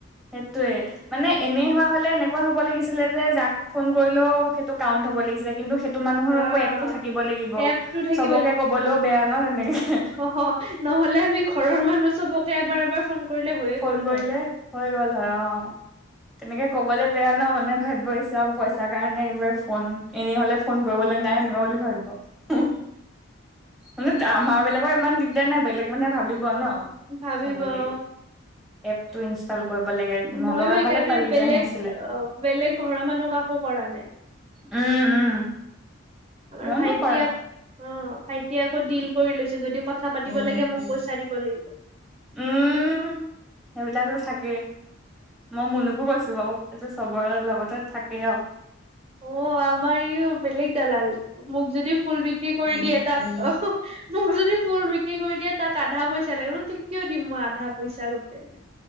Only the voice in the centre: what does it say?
সেইটোৱে- মানে এনে হোৱা হলে এনেকুৱা হব লাগিছিলে যে যাক ফোন কৰিলেও সেইটো কাউণ্ট হব লাগিছিলে কিন্তু, সেইটো মানুহৰ
আকৌ এপটো থাকিব লাগিব
চবকে কবলেও বেয়া ন তেনেকে।
ফোন
কৰিলে
হৈ গল হয় অ, তেনেকে কবলৈ বেয়া ন মানে ভাবিব আহছ পইচাৰ কাৰণেবাৰ ফোন এনেই হলে ফোন কৰিবলৈ নাই নে। সেনেকা বুলি ভাবিব। হুম, মানে আমাৰ বিলাকৰ ইমান দিগদাৰ নাই বেলেগ মানুহে ভাবিব ন।
সেইবুলি
এপটো ইনষ্টল- কৰিব লাগে, নলগা
হলে পাৰি দিগদাৰ
নাছিলে।
উম উম।
মনে
কৰা
উম সেইবিলাকো থাকেই, মই মুনুকো কৈছো বাও। এইটো চবৰে লগতে থাকেই আও।